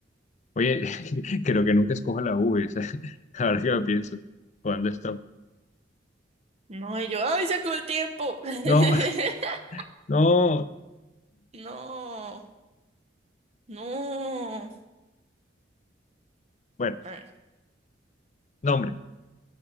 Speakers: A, on the left; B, on the right.
A: oye, <laughs> creo que nunca escojo la V. o sea, <laughs> Ahora que lo pienso. ¿Cuándo está?
B: no, y yo, ¡ay, se acabó el tiempo! <laughs>
A: No, <laughs> no.
B: No, no.
A: Bueno,
B: A ver,
A: nombre,